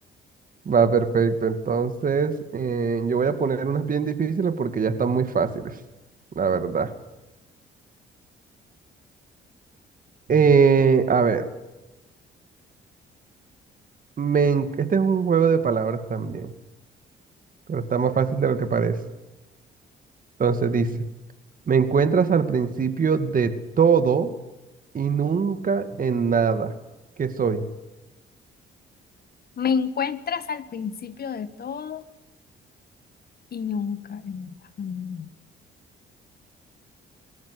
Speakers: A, on the right; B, on the left.
A: Va, perfecto. Entonces, eh, yo voy a poner unas bien difíciles porque ya están muy fáciles, la verdad. Eh, a ver, me en- este es un juego de palabras también, pero está más fácil de lo que parece. Entonces dice, me encuentras al principio de todo y nunca en nada. ¿Qué soy?
B: me encuentras al principio de todo y nunca, nunca, nunca.